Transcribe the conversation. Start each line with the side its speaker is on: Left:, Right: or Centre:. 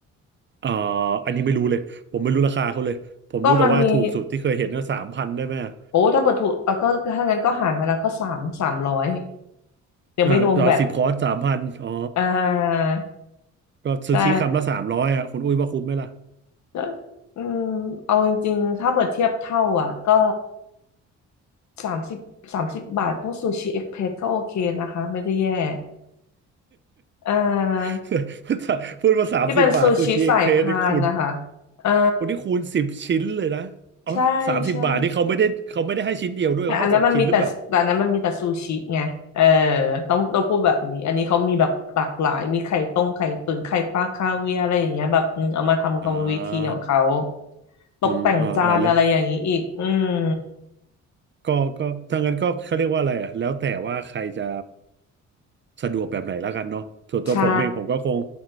Right: เอ่ออันนี้ไม่รู้เลยผมไม่รู้ราคาเขาเลยผมรู้แต่ว่าถูกสุดที่เคยเห็นก็สามพันได้ไหมอะ
Left: ก็มันมี โอ้ถ้าเปิดถูกเอ่ะก็ถ้างั้นก็หารมาแล้วก็สามสามร้อยเดี๋ยวไม่รวมแบต
Right: อ่าต่อสิบคอร์สสามพันอ๋อ
Left: อ่า
Right: ก็ซูชิคำละสามร้อยอ่ะคุณอุ้ยว่าคุ้มไหมล่ะ
Left: ใช่ก็อืมเอาจริงๆ ถ้าเปิดเทียบเท่าอ่ะก็สามสิบสามสิบบาทพวกซูชิเอ็กเพรสก็โอเคนะคะไม่ได้แย่ เอ่อ
Right: <laughs> พูดมาสามสิบบาทซูชิเอ็กเพรสนี่คูณ
Left: ที่เป็นซูชิสายพานนะคะเอ่อ
Right: วันนี้คูณสิบชิ้นเลยนะอ๋อสามสิบบาทนี่เขาไม่ได้เขาไม่ได้ให้ชิ้นเดียวด้วยเขาให้สองชิ้นหรือเปล่า
Left: ใช่ใช่แต่อันนั้นมันมีแต่แต่อันนั้นมันมีแต่ซูชิไงเออต้องต้องพูดแบบนี้อันนี้เขามีแบบหลากหลายมีไข่ต้มไข่ตุ๋นไข่ปลาคาเวียร์อะไรอย่างเงี้ยแบบอืมเอามาทำกรรมวิธีของเขา
Right: อ่า
Left: ตกแต่งจานอะไรอย่างนี้อีกอืม
Right: อืมออเออแล้วก็ก็ถ้างั้นก็เขาเรียกว่าอะไรอ่ะแล้วแต่ว่าใครจะ สะดวกแบบไหนแล้วกันเนาะส่วนตัวผมเองผมก็คง
Left: ใช่